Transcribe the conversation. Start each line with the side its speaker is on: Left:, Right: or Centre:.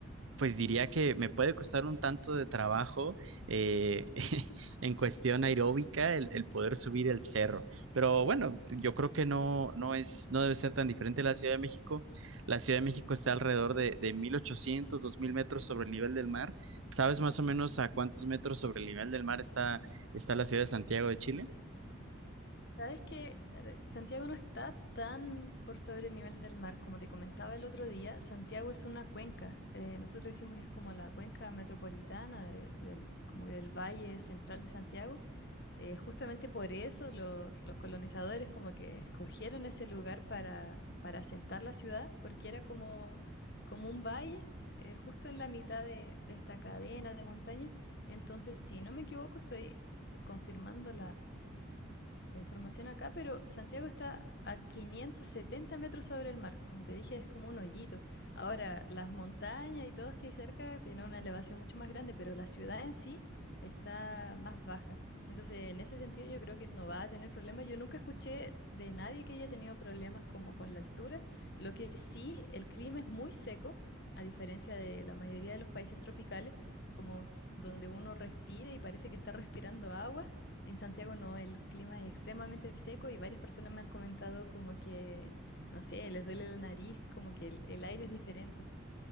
Right: pues diría que me puede costar un tanto de trabajo eh, <laughs> en cuestión aeróbica el, el poder subir el cerro. Pero bueno, yo creo que no, no es, no debe ser tan diferente la Ciudad de México. La Ciudad de México está alrededor de, de mil ochocientos dos mil metros sobre el nivel del mar. ¿Sabes más o menos a cuántos metros sobre el nivel del mar está, está la ciudad de Santiago de Chile?
Left: Sabes que Santiago no está tan por sobre el nivel del mar, como te comentaba el otro día, Santiago es una cuenca. Eh, nosotros decimos que es como la cuenca metropolitana de- del, como que del valle central de Santiago. Eh, justamente por eso lo- los colonizadores como que escogieron ese lugar para, para asentar la ciudad, porque era como, como un valle eh, justo en la mitad de, de esta cadena de montañas. Entonces, si no me equivoco, estoy confirmando la información acá, pero Santiago está a 570 metros sobre el mar. Como te dije, es como un hoyito. Ahora, las montañas y todos que hay cerca tienen una elevación mucho más grande, pero la ciudad en sí está más baja. Entonces, en ese sentido, yo creo que no va a tener problemas. Yo nunca escuché de nadie que haya tenido problemas como con la altura. Lo que sí, el clima es muy seco, a diferencia de la mayoría de los países tropicales, como donde uno respira y parece que está respirando agua. En Santiago no, el clima es extremadamente seco y varias personas me han comentado como que, no sé, les duele la nariz, como que el, el aire es diferente.